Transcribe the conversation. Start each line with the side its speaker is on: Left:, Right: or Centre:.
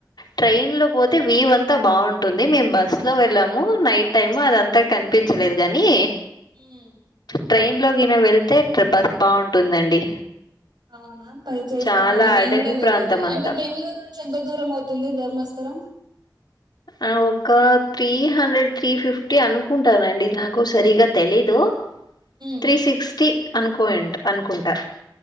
Left: ట్రైన్ లో పోతే వ్యూ అంతా బాగుంటుంది మేము బస్ లో వెళ్ళాము నైట్ టైమ్ అదంతా కనిపించలేదు కాని
Right: హు
Left: ట్రైన్ లో గిన వెళ్తే బస్ బాగుంటుందండి
Right: అవునా పని చేస్తామండి
Left: చాలా
Right: మేము
Left: అడవి
Right: కూడా వెళ్ళాలి
Left: ప్రాంతం అంతా
Right: అంటే బెంగళూరు ఎంత దూరం అవుతుంది ధర్మస్థలం
Left: ఆ ఒక్క త్రీ హండ్రెడ్ త్రీ ఫిఫ్టీ అనుకుంటానండి నాకు సరిగా తెలీదు
Right: ఉమ్
Left: త్రీ సిక్స్టీ అనుకోయంటా అనుకుంటా